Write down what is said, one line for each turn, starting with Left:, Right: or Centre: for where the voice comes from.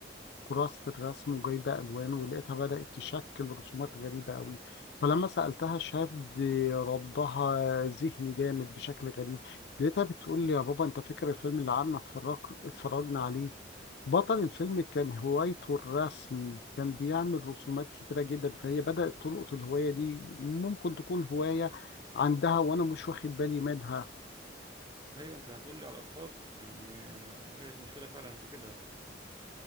Left: كراسة الرسم وجايبة ألوان ولقيتها بدأت تشكل رسومات غريبة قوي فلما سألتها شد ردها ذهني جامد بشكل غريب لقيتها بتقول لي يا بابا انت فاكر الفيلم اللي قعدنا اتفرج اتفرجنا عليه بطل الفيلم كان هوايته الرسم كان بيعمل رسومات كتيرة جدا فهي بدأت تلقط الهواية دي ممكن تكون هواية عندها وأنا مش واخد بالي منها
Right: ايوه انت هتقول لي على الاطفال يعني آه، هي المشكله فعلا في كده يعني